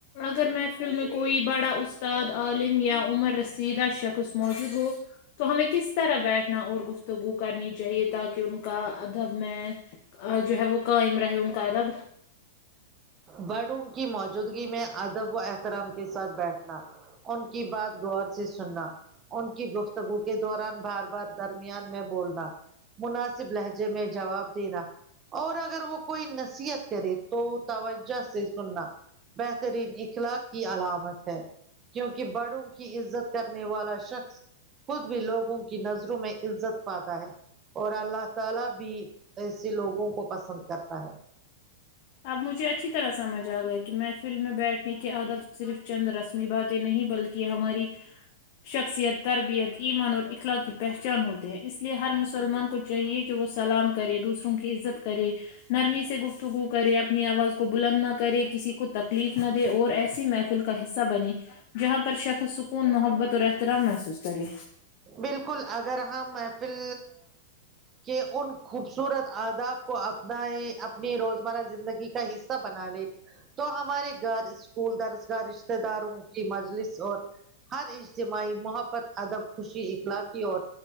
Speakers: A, on the left; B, on the right.
A: اگر محفلم کوئ بڑا استاد عالم یا عمر رسیدہ شخص موجود ہو تو ہمیں کس طرح بیٹھنا اور گفتگو کرنی چاہیے تاکہ ان کو کا ادب میں جو ہے وہ قائم رہے ان کا ادب
B: برڈوم کی موجودگی میں ادب و احترام کے ساتھ بیٹھنا ان کی بات گو سے سننا ان کی گفتگو کے دوران بار بار درمیان میں بولنا مناسب لہجے میں جواب دینا اور اگر وہ کوئی نصیحت کرے تو توجہ سے سننا بہترین اخلاق کی علامت ہے کیونکہ بڑوں کی عزت کرنے والا شخص خود بھی لوگوں کی نظروں میں عزت پاتا ہے اور اللہ تعالی بھی ایے لوگوں کو پسند کرتا ہے
A: اب مجھے اچھی طرح سمجھ آ گیا کہ محفل میں بیٹھنے کی عادت صرف چند رسمی باتیں نہیں بلکہ ہماری شخصیت تربیت ایمان اور اخلاق کی پہچان ہوتے ہیں اس لیے ہر مسلمان کو چاہیے کہ وہ سلام کرے دوسروں کی عزت کرے نرمی سے گفتگو کرے اپنی آواز کو بلند نہ کرے کسی کو تکلیف نہ دے اور ایسی محفل کا حصہ بنی جہاں پر شخص سکون محبت اور احترام محسوس کرے
B: بالکل اگر ہم محفل کہ ان خوبصورت آداب کو اپنا اپنی روزمرہ زندگی کا حصہ بنا لے تو ہمارے گھر اسکول درزگاہ رشتتے داروں کی مجلس اور ہر اجتماعی محبت ادب خوشی اخلاقی اور